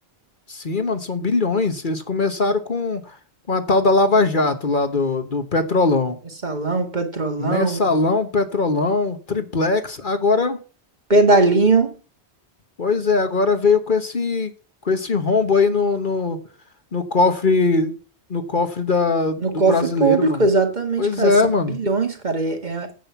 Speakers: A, on the left; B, on the right.
A: Sim, mano, são bilhões. Eles começaram com, com a tal da Lava Jato lá do, do Petrolão.
B: Mensalão, petrolão,
A: Mensalão, Petrolão, Triplex. Agora,
B: pedalinho
A: pois é, agora veio com esse, com esse rombo aí no, no, no cofre, no cofre da, do
B: no cofre
A: brasileiro,
B: público,
A: mano.
B: exatamente,
A: Pois
B: cara.
A: é,
B: São
A: mano.
B: bilhões, cara. É, é-